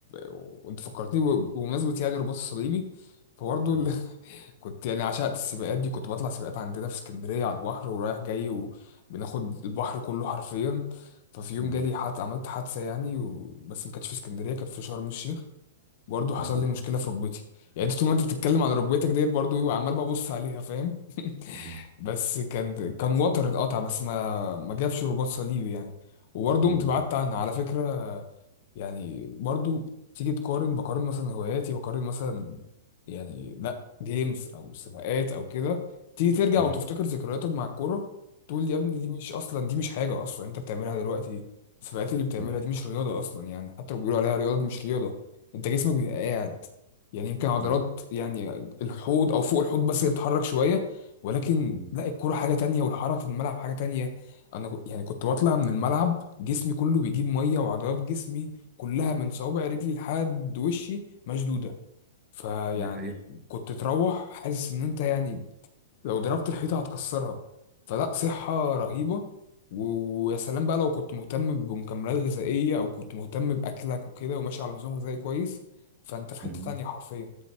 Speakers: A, on the left (about 55°); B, on the right (about 30°).
A: وانت فكرتني ب- بمناسبه يعني الرباط الصليبي فبرضو
B: مم.
A: ال... <laughs> كنت يعني عشقت السباقات دي كنت بطلع سباقات عندنا في اسكندريه على البحر ورايح جاي وبناخد البحر كله حرفيا ففي يوم
B: مم.
A: جالي حد عملت حادثه يعني و... بس ما كانتش في اسكندريه كانت في شرم الشيخ برضه حصل
B: مم.
A: لي مشكله في ركبتي يعني انت طول ما انت بتتكلم على ركبتك ديت برضه ببقى عمال ببص عليها فاهم <laughs>
B: مم.
A: بس كان كان وتر اتقطع بس ما ما جابش رباط صليبي يعني وبرضه
B: مم.
A: قمت بعدت عنها على فكره يعني برضو تيجي تقارن بقارن مثلا هواياتي بقارن مثلا يعني لا جيمز او سباقات او كده تيجي ترجع
B: مم.
A: وتفتكر ذكرياتك مع الكوره تقول لي يا ابني دي مش اصلا دي مش حاجه اصلا انت بتعملها دلوقتي السباقات اللي بتعملها
B: مم.
A: دي مش رياضه اصلا يعني حتى لو بيقولوا عليها رياضه دي مش رياضه انت جسمك بيبقى قاعد يعني يمكن عضلات
B: مم.
A: يعني الحوض او فوق الحوض بس اللي بتتحرك شويه ولكن
B: مم.
A: لا الكوره حاجه تانية والحركه في الملعب حاجه تانية انا يعني كنت بطلع من الملعب جسمي كله بيجيب ميه وعضلات جسمي كلها من صوابع رجلي لحد وشي مشدوده فيعني
B: دي حقيقة
A: كنت تروح حاسس ان انت يعني لو ضربت الحيطة هتكسرها فلا صحة رهيبة و- ويا سلام بقى لو كنت مهتم بمكملات غذائية أو كنت مهتم بأكلك وكده وماشي على نظام غذائي كويس فأنت في حتة
B: مم.
A: تانية حرفيا